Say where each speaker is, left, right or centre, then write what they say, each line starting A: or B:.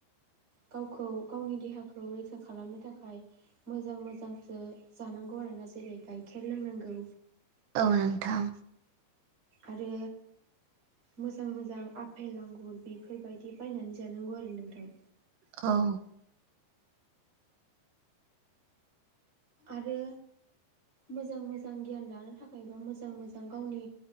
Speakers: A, on the right (about 25°); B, on the right (about 80°).
A: गावखौ गावनि देहाखौ रैखा खालामनो थाखाय मोजां मोजांसो जानांगौ आ रोना जेरै गाइखेर लोंनांगौ
B: औ नोंथां
A: आरो मोजां मोजां आफेल, आंगुर बेफोरबायदि बायनानै जानांगौ आरो नोंथां।
B: औ
A: आरो मोजां मोजां गियान लानो थाखाय बा मोजां मोजां गावनि